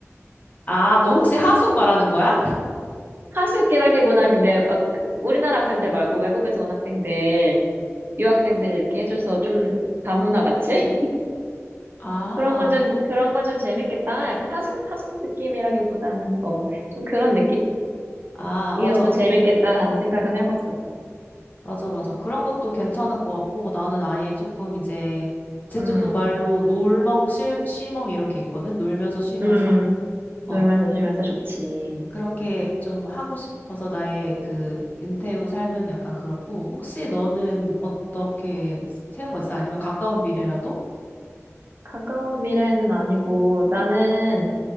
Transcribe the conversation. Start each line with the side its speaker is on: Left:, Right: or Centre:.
Left: 아, 너 혹시 하숙 말하는 거야?
Right: 하숙이라기보다는 근데 막 그- 우리나라 학생들 말고 외국에서 온 학생들, 유학생들 이렇게 해줘서 좀 다문화 같이? <laughs>
Left: 아,
Right: 그런 건 좀, 그런 건 좀 재밌겠다. 약간 하숙, 하숙 느낌이라기보다는, 어, 좀 그런
Left: 아,
Right: 느낌이어도
Left: 맞아.
Right: 재밌겠다 하는 생각은 해봤었어.
Left: 맞아, 맞아. 그런 것도 괜찮을 것 같고, 나는 아예 조금 이제, 제주도
Right: 음,
Left: 말로 놀멍, 실, 실멍 이렇게 있거든? 놀면서 쉬면서?
Right: 음, 놀면서
Left: 어.
Right: 쉬면서 좋지.
Left: 그렇게 좀 하고 싶어서 나의 그 은퇴 후 삶은 약간 그렇고, 혹시 너는 어떻게 세운 거 있어? 아니면 가까운 미래라도?
Right: 가까운 미래는 아니고, 나는,